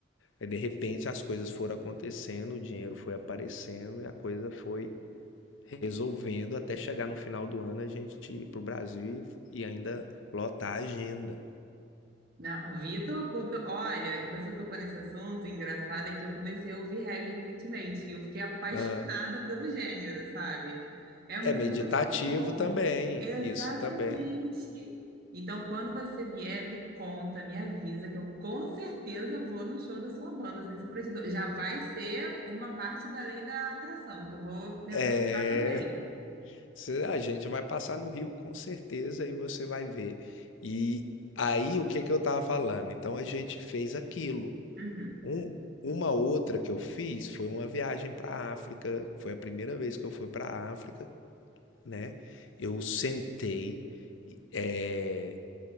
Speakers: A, on the left (about 80°); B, on the right (about 50°).
A: Aí, de repente as coisas foram acontecendo, o dinheiro foi aparecendo e a coisa foi resolvendo até chegar no final do ano a gente ir para o Brasil e, e, ainda lotar a agenda.
B: Não, Vitor, contou- olha, você tocou nesse assunto, engraçado é que eu comecei a ouvir reggae recentemente e eu fiquei apaixonada
A: Ah,
B: pelo gênero, sabe? É muito
A: é meditativo
B: bom.
A: também,
B: Exatamente.
A: isso também.
B: Então, quando você vier, me conta, me avisa que eu com certeza vou no show da sua banda, sem sombra de dúvida. Já vai ser uma parte da lei da atração, que eu vou tentar
A: É.
B: ajudar também.
A: Cê- A gente vai passar no Rio com certeza e você vai ver. E aí, o que que eu tava falando? Então a gente fez aquilo.
B: Uhum.
A: Um- uma outra que eu fiz foi uma viagem para a África. Foi a primeira vez que eu fui para a África, né? Eu sentei, eh,